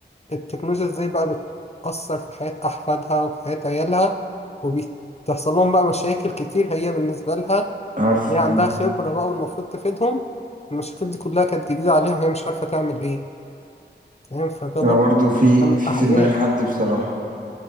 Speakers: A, on the left; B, on the right.
A: التكنولوجيا ازاي بقى بتأثر في حياة أحفادها وحياة عيالها وبتحصل لهم بقى مشاكل كتير هي بالنسبة لها
B: عارف
A: ليه عندها
B: مم.
A: خبرة بقى والمفروض تفيدهم المشاكل دي كلها كانت جديدة عليها وهي مش عارفة تعمل إيه فاهم فده برضه
B: انا برضو في
A: كان
B: في
A: أحزان
B: في دماغي حد بصراحة